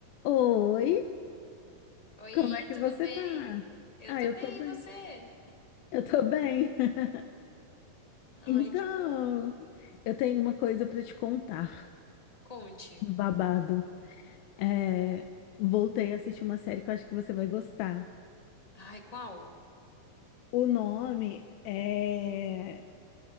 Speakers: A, on the left; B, on the left.
A: Oi,
B: Oi,
A: como é que
B: tudo
A: você
B: bem?
A: tá?
B: Eu
A: Ah,
B: tô
A: eu
B: bem,
A: tô bem.
B: e você?
A: Eu tô bem. <laughs>
B: Ai,
A: Então,
B: que bom.
A: eu tenho uma coisa pra te contar.
B: Conte.
A: Um Babado. É, voltei a assistir uma série que eu acho que você vai gostar.
B: Ai, qual?
A: O nome é